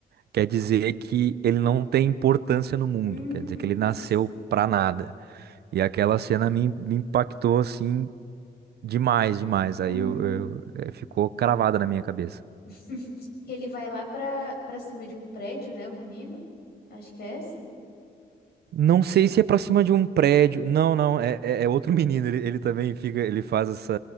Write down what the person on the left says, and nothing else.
Hum,
sim.
Hum.
<laughs> Que ele vai lá pra, pra cima de um prédio, né? O menino. Acho que é essa.